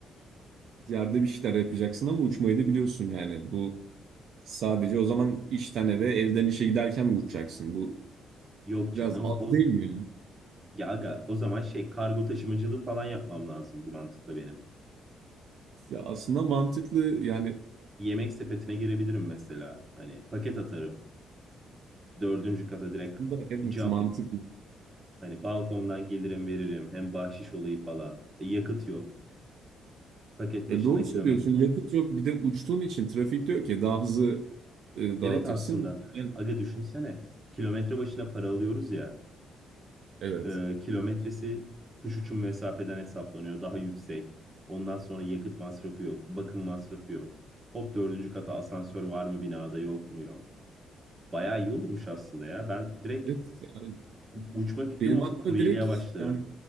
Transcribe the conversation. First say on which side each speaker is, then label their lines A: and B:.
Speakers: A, on the right; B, on the right.
A: Yerde bir şeyler yapacaksın ama uçmayı da biliyorsun yani. Bu sadece o zaman işten eve, evden işe giderken mi uçacaksın? Bu
B: Yok
A: biraz
B: canım.
A: az
B: O
A: değil mi ya?
B: ya aga o zaman şey kargo taşımacılığı falan yapmam lazım bu mantıkla benim.
A: Ya aslında mantıklı yani
B: Yemek sepetine girebilirim mesela. Hani paket atarım. dördüncü kata direkt
A: aslında evet
B: cam,
A: mantıklı.
B: hani balkondan gelirim veririm. Hem bahşiş olayı falan. E, yakıt yok. Paket
A: E
B: başına
A: doğru
B: kilometre.
A: söylüyorsun. Yakıt yok. Bir de uçtuğun için trafik diyor ki daha hızlı e, dağıtırsın.
B: Evet aslında
A: Yani,
B: aga düşünsene. Kilometre başına para alıyoruz ya.
A: evet.
B: E, kilometresi kuş uçum mesafeden hesaplanıyor. Daha yüksek. Ondan sonra yakıt masrafı yok. Bakım masrafı yok. Hop dördüncü kata asansör var mı binada yok mu yok. Bayağı iyi olurmuş aslında ya. Ben direkt
A: Evet. Yani
B: u- uçma fikrim
A: benim
B: olsa
A: aklıma
B: kuryeliğe
A: direkt
B: başlarım.
A: yani